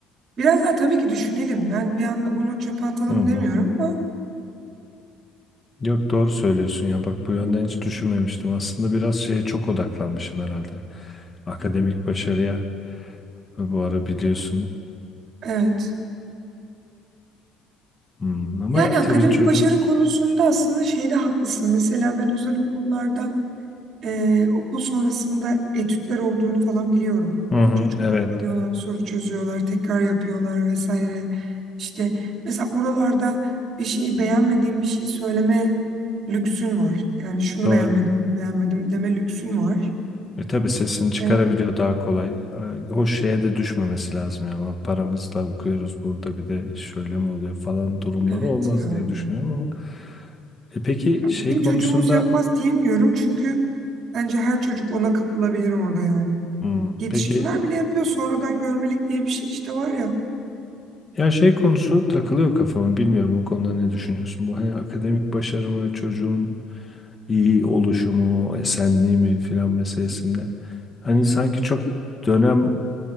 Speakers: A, on the right; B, on the left.
A: biraz daha tabii ki düşünelim. Ben bir anda bunu çöpe atalım
B: Hı hı.
A: demiyorum ama
B: Yok doğru söylüyorsun ya. Bak bu yönden hiç düşünmemiştim. Aslında biraz şeye çok odaklanmışım herhalde. Akademik başarıya. Bu ara biliyorsun
A: evet.
B: Hmm, ama
A: Yani akademik
B: tabii çocuğun
A: başarı konusunda aslında şeyde haklısın. Mesela ben özel okullarda eee, okul sonrasında etütler olduğunu falan biliyorum.
B: Hı hı,
A: Çocuklar
B: evet
A: kalıyorlar, soru çözüyorlar, tekrar yapıyorlar vesaire. İşte mesela oralarda bir şeyi beğenmediğim bir şey söyleme lüksün var. Yani şunu
B: doğru.
A: beğenmedim, bunu beğenmedim deme lüksün var.
B: E tabii sesini çıkarabiliyor
A: Evet,
B: daha kolay. E, O şeye de düşmemesi lazım ya. ama Paramızla okuyoruz burada bir de şöyle mi oluyor falan durumları
A: evet
B: olmaz
A: ya.
B: diye düşünüyorum ama. E peki
A: Bizim
B: şey konusunda
A: çocuğumuz yapmaz diyemiyorum çünkü bence her çocuk ona kapılabilir orada yani.
B: Hmm,
A: Yetişkinler
B: peki
A: bile yapıyor. Sonradan görmelik diye bir şey işte var ya.
B: ya şey konusu takılıyor kafama bilmiyorum o konuda ne düşünüyorsun? Bu hani akademik başarı mı çocuğun iyi oluşumu esenliği mi filan meselesinde. Hani sanki çok dönem